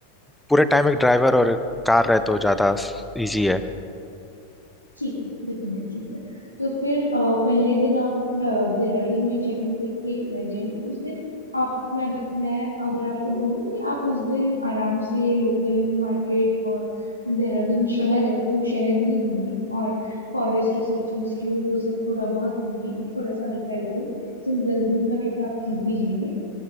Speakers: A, in the centre; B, on the left.
A: पूरे टाइम एक ड्राइवर और कार रहे तो ज्यादा इजी है
B: ठीक है, डेफिनेटली सर तो फिर अ, पहले दिन आप अ, देहरादून में चेक इन करके रह जाएंगे उस दिन आप मैं बत, मैं अगर आपको बोलूं कि आप उस दिन आराम से लोकल मार्केट और देहरादून शहर है तो शहर ही घूमिए और फॉरेस्ट रिसर्च इंस्टीट्यूट वो सब थोड़ा बहुत घूमिए थोड़ा सा हल्का रखिए सिंस दस दिन का ट्रिप आप थक भी जाएंगे